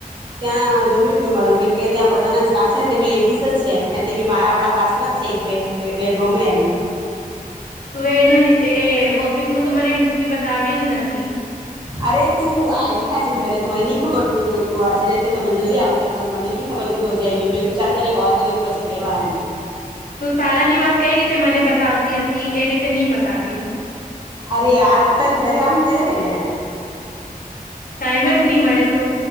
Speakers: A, on the right (about 30°); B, on the left (about 70°).
A: ત્યાં જમી ગયું મારું કેમકે ત્યાં બધા ના સ્ટાફ છે તે બી લેડીસ જ છે બી મારા આપડા કાસ્ટ ના જ છે એક બે તો એટલે ગમે એમ
B: તું એનું એ એ ઓફિસ નું તો મને હિસ્ટ્રી બતાવી જ ન થીમ.
A: અરે તું આયવીને આજે ઘરે તો મને ની ખબર તું કે તું આજે રેતે તો મે જલ્દી આવતે પણ મને ની ખબર કે તું અજે આયવી મે તું ચાલ તને કોલ કરીને પછી કેવા એમ.
B: તું શાળાની વાત કઈ રીતે મને બતાવતી હતી એ રીત તે ની બતાવ્યું.
A: અરે યાર તારી ઘરે આમ ત્યારે ને.
B: ટાઈમ જ નહી મળે તો